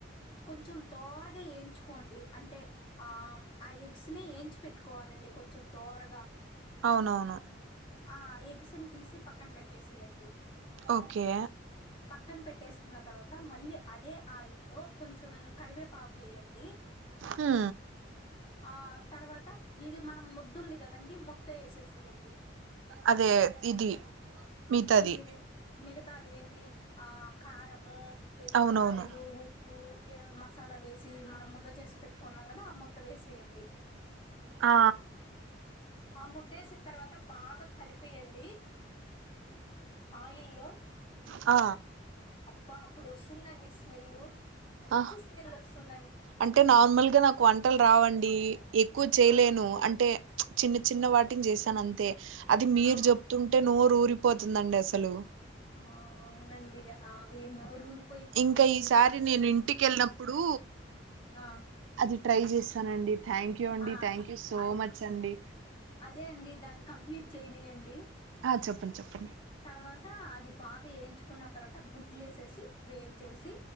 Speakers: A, on the left; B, on the right.
A: కొంచెం దోరగా ఏయించుకోండి అంటే ఆమ్ ఆ ఎగ్స్ ని ఏయించి పెట్టుకోవాలండి కొంచెం తోరగా
B: అవునవును
A: ఆ ఎగ్స్నీ తీసి పక్కన బెట్టేసేయండి.
B: ఓకే
A: పక్కన పెట్టేసుకున్న తర్వాత మళ్ళీ అదే ఆయిల్లో కొంచెం కరివేపాకు ఏయండి.
B: హా
A: ఆ తర్వాత ఇది మనం ముద్దుంది కదండి ముద్దె ఏసేసేయండి
B: అదే ఇది మిగతాది
A: ఇదే మిగతాది ఏంది ఆ కారము పెల్లుల్లిపాయలు
B: అవునవును
A: ఉ ఉప్పు ఏదో మసాలా వేసి మనం ముద్ద చేసి పెట్టుకున్నాం కదా ఆ ముద్ద వేసేయండి
B: ఆ
A: ఆ ముద్దే ఏసిన తర్వాత బాగా కలిపెయండి ఆయిల్లో
B: ఆ
A: అబ్బా అప్పుడు వస్తుందండి స్మెల్ మంచి
B: ఆ
A: స్మెల్ వస్తుంది
B: అంటే నార్మల్గా నాకు వంటలు రావండి ఎక్కువ చేయలేను
A: ఆ
B: అంటే చిన్న చిన్న వాటిని చేసానంతే అది మీరు
A: ఆ
B: చెప్తుంటే నోరు ఊరిపోతుందండి అసలు
A: ఆవు నండి ఆవి నొరు ఊరు
B: ఇంకా ఈసారి నేను ఇంటికెళ్ళినప్పుడు
A: ఆ
B: అది ట్రై చేస్తానండి థ్యాంక్ యూ అండి
A: ఆ
B: thank you so
A: uh
B: much అండి
A: అదే అండి దాన్ని కంప్లీట్ చేయనియండి
B: ఆ చెప్పండి చెప్పండి
A: తర్వాత అది బాగా ఏంచుకున్న తర్వాత గుడ్లు వేసేసి వేయించేసి